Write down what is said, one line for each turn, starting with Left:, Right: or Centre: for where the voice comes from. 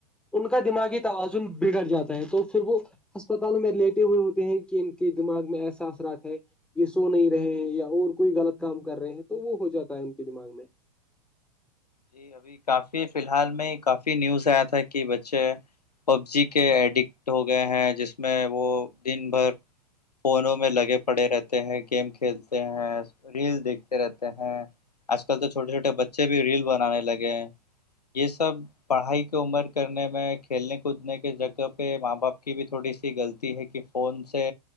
Centre: ان کا دماغی توازن بگڑ جاتا ہے تو پھر وہ ہسپتالوں میں لیٹے ہوئے ہوتے ہیں کہ ان کے دماغ میں ایسا اثرات ہے یہ سو نہیں رہے ہیں یا اور کوئی غلط کام کر رہے ہیں تو وہ ہو جاتا ہے ان کے دماغ میں
Left: جی ابھی کافی فلحال میں کافی نیوز آیا تھا کہ بچے پب جی کے ایڈکٹ ہو گئے ہیں جس میں وہ دن بھر فونوں میں لگے پڑے رہتے ہیں گیم کھیلتے ہیں ریل دیکھتے رہتے ہیں آج کل تو چھوٹے چھوٹے بچے بھی ریل بنانے لگے یہ سب پڑھائی کی عمر کرنے میں کھیلنے کودنے کے جگہ پہ ماں باپ کی بھی تھوڑی سی غلطی ہے کہ کون سے